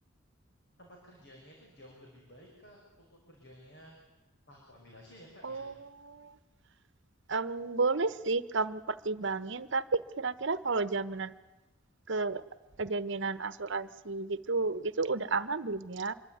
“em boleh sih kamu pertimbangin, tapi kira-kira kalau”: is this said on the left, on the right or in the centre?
Right